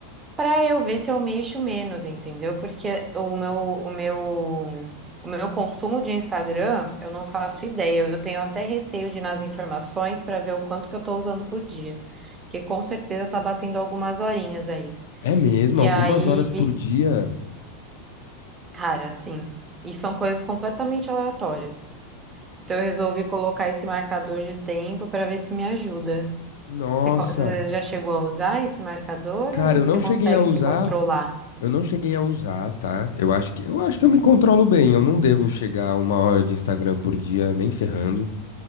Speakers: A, on the right (about 15°); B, on the left (about 80°).
A: Pra eu ver se eu mexo menos, entendeu? Porque o meu, o meu, o meu consumo de Instagram, eu não faço ideia. Eu tenho até receio de ir nas informações pra ver o quanto que eu tô usando por dia, que com certeza tá batendo algumas horinhas aí.
B: é mesmo?
A: E
B: Algumas
A: aí,
B: horas por dia?
A: cara, assim, e são coisas completamente aleatórias. Então eu resolvi colocar esse marcador de tempo pra ver se me ajuda.
B: Nossa.
A: Você, co- você já chegou a usar esse marcador
B: Cara,
A: ou você
B: eu não
A: consegue
B: cheguei a usar.
A: se controlar?
B: Eu não cheguei a usar, tá? Eu acho que eu acho que eu me controlo bem. Eu não devo chegar a uma hora de Instagram por dia, nem ferrando.